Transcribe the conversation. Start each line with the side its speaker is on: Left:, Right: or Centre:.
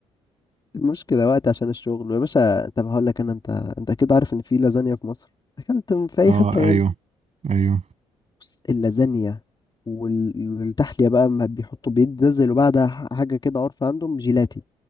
Left: المشكله وقت عشان الشغل يا باشا طب هقول لك انا انت انت كده عارف ان في لازانيا في مصر اكلت من- في اي
Right: اه
Left: حته يعني
Right: ايوه ايوه
Left: بص اللازانيا وال- والتحليه بقى ما بيحطوا بينزلوا بعدها حاجه كده عارفه عندهم جيلاتي